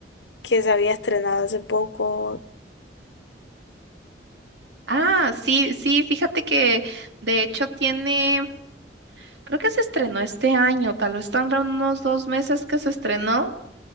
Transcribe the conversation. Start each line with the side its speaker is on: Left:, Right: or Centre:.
Left: que se había estrenado hace poco.
Right: Ah, sí, sí, fíjate que de hecho tiene, creo que se estrenó este año, tal vez tendrá unos dos meses que se estrenó.